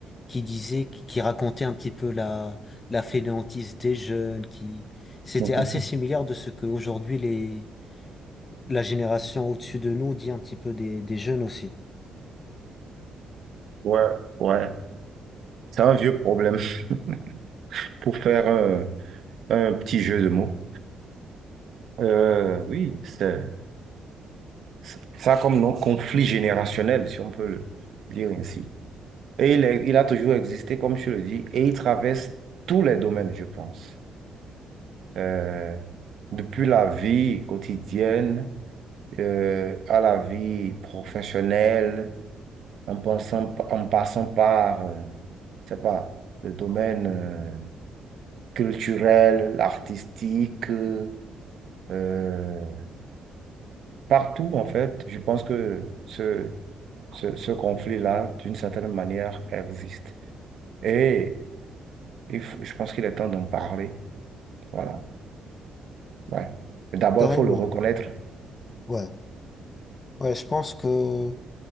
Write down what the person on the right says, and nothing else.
<laughs>
Ouais, ouais. C'est un vieux problème <laughs> pour faire un, un petit jeu de mots. Euh, oui, c'est c'est- ça a comme nom conflit générationnel, si on peut le dire ainsi. Et il, est- il a toujours existé, comme je le dis, et il traverse tous les domaines, je pense. Euh, depuis la vie quotidienne euh, à la vie professionnelle, en pensant, en passant par, euh, je sais pas, le domaine. euh, culturelle, artistique, euh, euh, partout en fait. Je pense que ce, ce, ce conflit-là, d'une certaine manière, existe. Et il faut- je pense qu'il est temps d'en parler. Voilà. Ouais. Mais d'abord,
il faut le reconnaître.